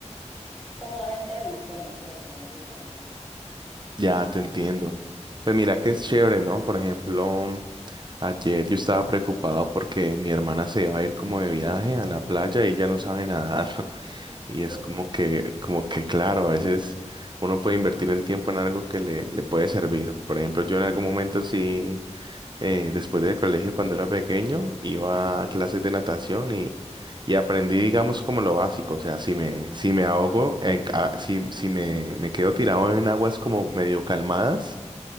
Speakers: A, in the centre; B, on the right (about 40°).
A: un poquito más extremo, pues no sé, no me gusta mucho.
B: Ya, te entiendo. Pues mira que es chévere, ¿no? Por ejemplo. Ayer yo estaba preocupado porque mi hermana se va a ir como de viaje a la playa y ella no sabe nadar. <laughs> Y
A: Sí,
B: es como que, como que claro, a veces uno puede invertir el tiempo en algo que le, le puede servir. Por ejemplo, yo en algún momento sí, eh, después del colegio cuando era pequeño, iba a clases de natación y, y aprendí, digamos, como lo básico. O sea, si me, si me ahogo, en, ca- si, si me, me quedo tirado en aguas como medio calmadas